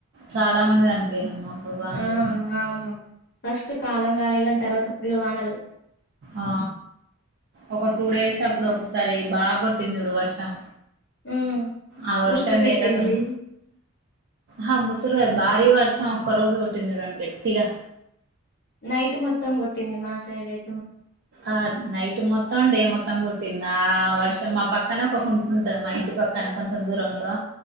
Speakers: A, on the right (about 50°); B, on the left (about 50°).
A: చాలా మంది చనిపోయారుమ్మా అప్పుడు వానలకీ
B: ఆ అవును ఫస్ట్ కాలం కాలే కాని తర్వాత ఫులు వానలు
A: ఆ ఒక టూ డేస్ అప్పుడు ఒకసారి బాగా కొట్టింది చూడు వర్షం
B: ఆ
A: ఆ వర్షానికి
B: ముసురు పెట్టింది
A: అయితే అసలు ఆ ముసురుగాదు భారీ వర్షం ఒక్క రోజు కొట్టింది చూడండి గట్టిగా
B: నైట్ మొత్తం కొటింది మా సైడ్ అయి
A: ఆ నైట్ మొత్తం డే మొత్తం కూ తింద ఆ వర్షం మా పక్కన ఒకంట ఉంటుంది మా ఇంటి పక్కన కొంచెం దూరంలో